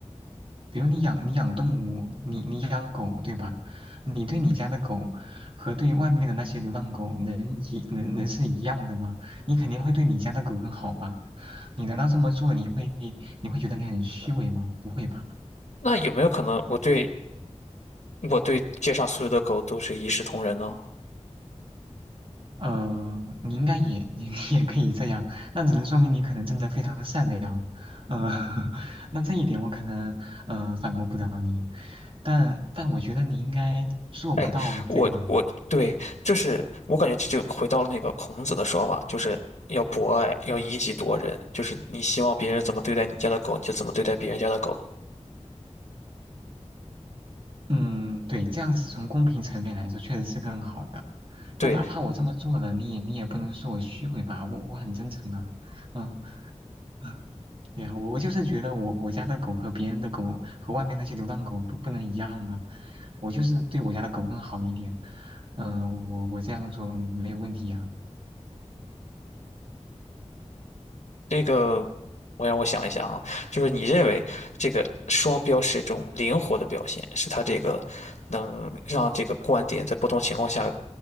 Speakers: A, on the right (about 45°); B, on the left (about 75°).
A: 比如你养你养动物，你你养狗对吧？你对你家的狗和对外面的那些流浪狗能一能能是一样的吗？你肯定会对你家的狗更好吧？你难道这么做你会你会觉得你很虚伪吗？不会吧？
B: 那有没有可能我对我对街上所有的狗都是一视同仁呢？
A: 呃，你应该也也 <laughs> 也可以这样，那只能说明你可能真的非常善良。呃，<laughs> 那这一点我可能呃反驳不了你，但但我觉得你应该做不到这样吧。
B: 哎，我我对，就是我感觉这就回到了那个孔子的说法，就是要博爱，要以己度人，就是你希望别人怎么对待你家的狗，你就怎么对待别人家的狗。
A: 嗯，对，这样子从公平层面来说确实是更好的。
B: 对，
A: 但哪怕我这么做了，你也你也不能说我虚伪吧，我我很真诚啊。嗯嗯，对呀，我我就是觉得我我家的狗和别人的狗和外面那些流浪狗不不能一样啊。我就是对我家的狗更好一点。嗯、我我这样做没有问题呀、
B: 这个我让我想一下啊，就是你认为这个双标是一种灵活的表现，是它这个能让这个观点在不同情况下